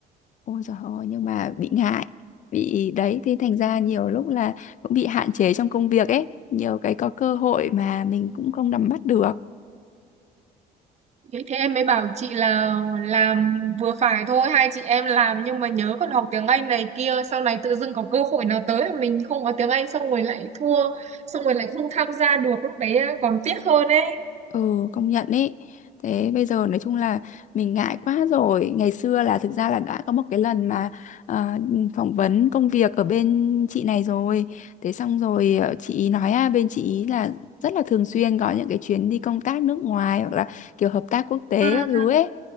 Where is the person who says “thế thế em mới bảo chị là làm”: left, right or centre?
Right